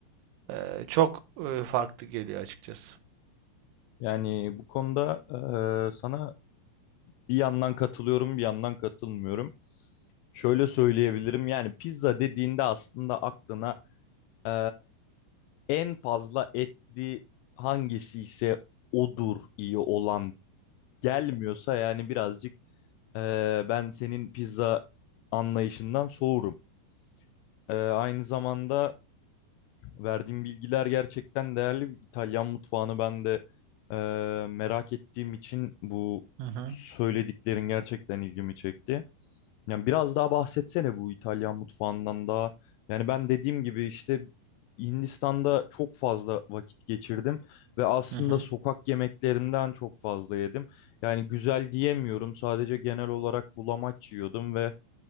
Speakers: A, on the right (about 80°); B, on the left (about 85°).
A: e, çok e, farklı geliyor açıkçası.
B: Yani bu konuda e, sana bir yandan katılıyorum, bir yandan katılmıyorum. Şöyle söyleyebilirim yani pizza dediğinde aslında aklına e, en fazla etli hangisi ise odur iyi olan gelmiyorsa yani birazcık eee, ben senin pizza anlayışından soğurum. Eee, aynı zamanda verdiğin bilgiler gerçekten değerli. İtalyan mutfağını ben de eee, merak ettiğim için bu
A: Hı hı,
B: söylediklerin gerçekten ilgimi çekti. Yani biraz daha bahsetsene bu İtalyan mutfağından da. Yani ben dediğim gibi işte Hindistan'da çok fazla vakit geçirdim ve aslında
A: hı hı.
B: sokak yemeklerinden çok fazla yedim. Yani güzel diyemiyorum. Sadece genel olarak bulamaç yiyordum ve